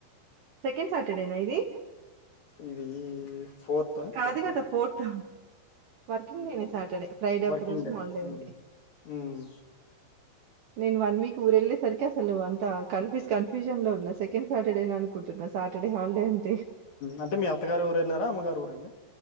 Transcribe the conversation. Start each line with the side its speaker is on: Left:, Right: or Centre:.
Right: సెకండ్ సాటర్డేనా ఇది.
Left: ఇది ఫోర్త్
Right: కాదు
Left: ఓకే
Right: కదా ఫోర్త్, వర్కింగ్ డేనే
Left: ఫోర్త్
Right: సాటర్డే ఫ్రైడే
Left: వర్కింగ్
Right: ఒక్క రోజు
Left: డే
Right: హాలిడే
Left: ఉమ్,
Right: ఉంది.
Left: ఉమ్,
Right: నేను వన్ వీక్ ఊరు ఎళ్ళే సరికి. అసలు అంత కన్ఫ్యూస్ కన్ఫ్యూషన్ లో ఉన్న సెకండ్ సాటర్డే నే అనుకుంటున్నా సాటర్డే హాలిడే.
Left: అంటే మీ అత్తగారు ఊరు వెళ్ళారా అమ్మగారు ఊర అండి